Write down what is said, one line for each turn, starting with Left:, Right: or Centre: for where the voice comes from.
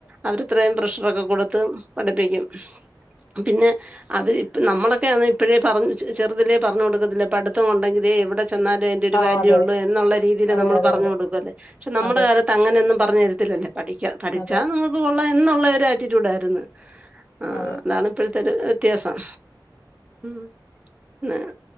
Right: അവരിത്രയും പ്രഷറൊക്കെ കൊടുത്ത് പഠിപ്പിക്കും പിന്നെ അവരിപ്പ നമ്മളൊക്കെ അതി ഇപ്പഴേ പറഞ് ചെറുതിലേ പറഞ്ഞ് കൊടുക്കത്തില്ലെ പഠിത്തം ഒണ്ടെങ്കിലേ എവിടെ ചെന്നാലേ ഒരു
Left: ആഹ്
Right: വാല്യൂ
Left: അതെ
Right: ഉള്ള് എന്നൊള്ള രീതീല്
Left: അതെ
Right: നമ്മള്
Left: അതെ
Right: പറഞ്ഞു
Left: അതെ
Right: കൊടുക്കുവല്ലേ പക്ഷെ നമ്മടെ
Left: അതെ
Right: കാലത്ത് അങ്ങനെയൊന്നും പറഞ്ഞു തരത്തില്ലല്ലോ പഠിക്കാ പഠിച്ചാ
Left: അതെ
Right: നമുക്ക് കൊള്ളാം എന്നുള്ളൊരു ആറ്റിറ്റ്യൂഡ് ആരിന്ന് ആഹ്
Left: അതെ
Right: അതാണ് ഇപ്പഴത്തെ ഒരു വ്യത്യാസം ഉം ആഹ്